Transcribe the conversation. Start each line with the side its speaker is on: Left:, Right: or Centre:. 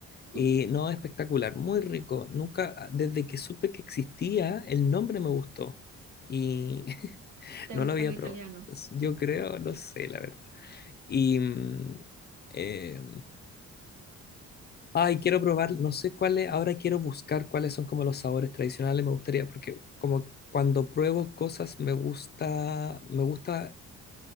Left: Y
Right: <laughs>
Left: no, espectacular, muy rico. Nunca, desde que supe que existía, el nombre me gustó. Y <laughs>
Right: ¿Te
Left: No
Right: gusta
Left: lo había
Right: lo italiano?
Left: probado. Yo creo, no sé, la verdad. Y... mm, eh, ay, quiero probar, no sé cuáles, ahora quiero buscar cuáles son como los sabores tradicionales, me gustaría, porque como cuando pruebo cosas me gusta, me gusta,